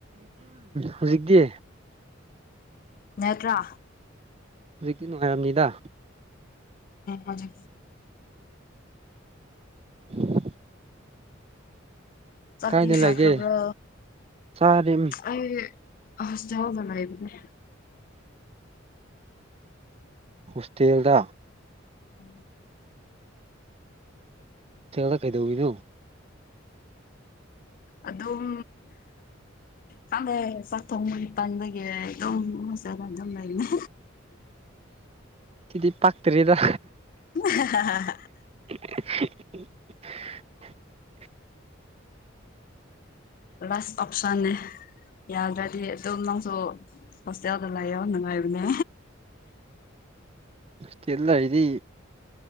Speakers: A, on the right; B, on the left.
A: ꯍꯧꯖꯤꯛꯀꯤ
B: ꯅꯦꯇ꯭ꯔꯥ
A: ꯍꯧꯖꯤꯛꯇꯤ ꯅꯨꯡꯉꯥꯏꯔꯝꯅꯤꯗ
B: ꯎꯖ
A: <unintelligible>
B: ꯆꯇꯅꯤ
A: ꯀꯥꯏꯗ
B: ꯁꯥꯇ꯭ꯔꯕ꯭ꯔꯣ
A: ꯂꯩꯒꯦ ꯆꯥꯔꯤ
B: ꯑꯩ ꯑꯁ ꯆꯥꯎꯕ ꯂꯕꯅꯦ
A: ꯍꯣꯁꯇꯦꯜꯗ
B: ꯑ
A: ꯊꯗ ꯀꯩꯗꯧꯤꯅꯣ
B: ꯑꯗꯨꯝ ꯍꯗꯩ ꯆꯥꯛ ꯊꯣꯡꯕꯒꯤ ꯇꯪꯗꯒꯤ ꯑꯗꯨꯝ ꯃꯁꯔ ꯑꯗꯨꯝ ꯂꯩꯅꯤ
A: ꯁꯤꯗꯤ ꯄꯥꯛꯇꯔꯤꯗ
B: <unintelligible>
A: <unintelligible>
B: ꯔꯁ ꯑꯣꯞꯁꯟꯅꯦ ꯌꯥꯎꯗ꯭ꯔꯗꯤ ꯑꯗꯨꯝ ꯅꯪꯁꯨ ꯍꯣꯁꯇꯦꯜꯗ ꯂꯩꯌꯣ ꯅꯨꯡꯉꯥꯏꯕꯅꯦ
A: ꯇꯦꯜ ꯂꯔꯤꯗꯤ